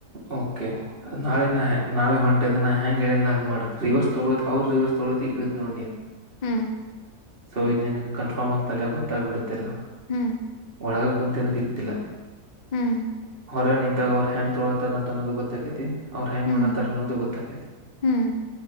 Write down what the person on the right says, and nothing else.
ಓಕೆ ನಾಳೆ ನ ನಾಳೆ ಹೊಂಟೆ ಅಂದ್ರೆ ನಾ ಹೆಂಗ ಹೇಳ ಇಲ್ಲ ಹಂಗ ಮಾಡು ರಿವರ್ ತಗಳೋದು ಅವ್ರ ರಿವರ್ ತಗಳತಿ ಇಳದ್ ನೋಡ್ ನೀನ್
ಸೊ ಇದನ್ ಕನ್ಫರ್ಮ್ ತಲೆಗೆ ಗೊತ್ತಾಗ್ಬಿಡತ್ತೆಲ್ಲ
ಒಳಗ ಕುಂತೆ ಅಂದ ಇತಿಿಲ್ಲ
ಹೊರಗೆ ನಿಂತಾಗ ಅವ್ ಹ್ಯಾಂಗ್ ತೊಳತಾರ ಅಂತ ಅನ್ನೋ ಗೊತ್ತಾೈತಿ ಅವರು ಹ್ಯಾಂಗ
ಮಾಡತಾರ ಅನ್ನೋದು ಗೊತ್ತಾೈತಿ